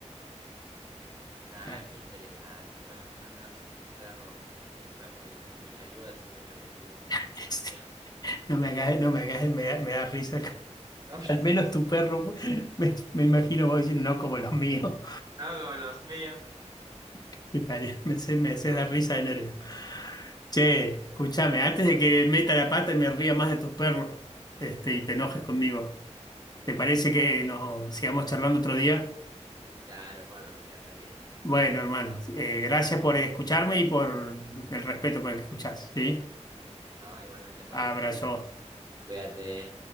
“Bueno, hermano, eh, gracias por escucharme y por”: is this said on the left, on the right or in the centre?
Left